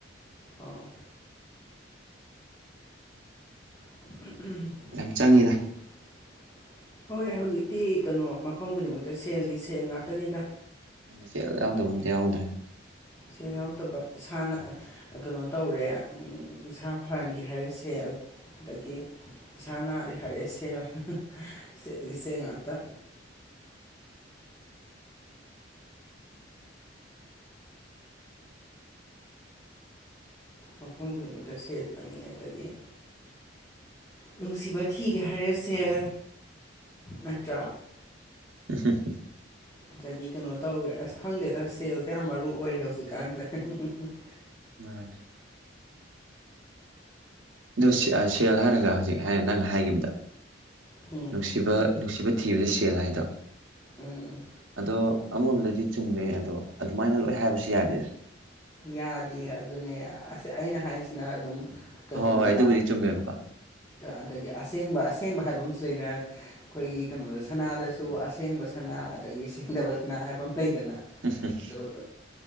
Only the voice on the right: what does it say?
ꯌꯥꯝ ꯆꯪꯉꯤꯗ
ꯁꯦꯜ ꯌꯥꯎꯗꯕ ꯑꯝꯇ ꯌꯥꯎꯗ꯭ꯔꯦ
<unintelligible>
ꯃꯥꯅꯤ ꯑꯗꯨ ꯁꯦꯜ ꯍꯥꯏꯔꯒ ꯍꯧꯖꯤꯛ ꯍꯥꯏ ꯅꯪ ꯍꯥꯏꯒꯤꯕꯗꯣ
ꯅꯨꯡꯁꯤꯕ ꯅꯨꯡꯁꯤꯕ ꯊꯤꯕꯗ ꯁꯦꯜ ꯍꯥꯏꯗꯣ
ꯑꯗꯣ ꯑꯃꯔꯣꯝꯗꯗꯤ ꯆꯨꯝꯃꯦ ꯑꯗꯣ ꯑꯗꯨꯃꯥꯏꯅ ꯂꯣꯏ ꯍꯥꯏꯕꯁꯨ ꯌꯥꯗꯦꯗ
ꯍꯣꯏ ꯍꯣꯏ ꯑꯗꯨꯕꯨꯗꯤ ꯆꯨꯝꯃꯦꯕꯀꯣ
<unintelligible>